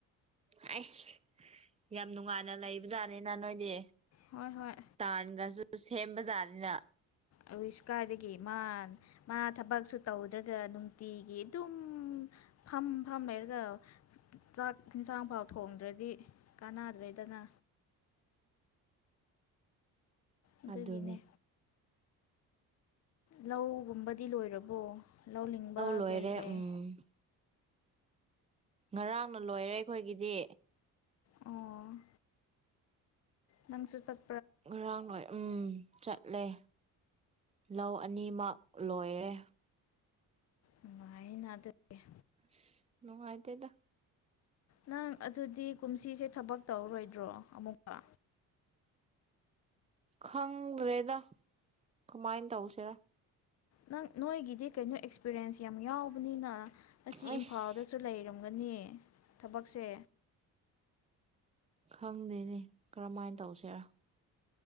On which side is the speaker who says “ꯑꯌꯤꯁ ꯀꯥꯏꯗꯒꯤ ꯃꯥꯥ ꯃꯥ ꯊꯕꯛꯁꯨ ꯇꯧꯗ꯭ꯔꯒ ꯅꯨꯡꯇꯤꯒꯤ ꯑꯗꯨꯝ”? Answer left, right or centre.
Left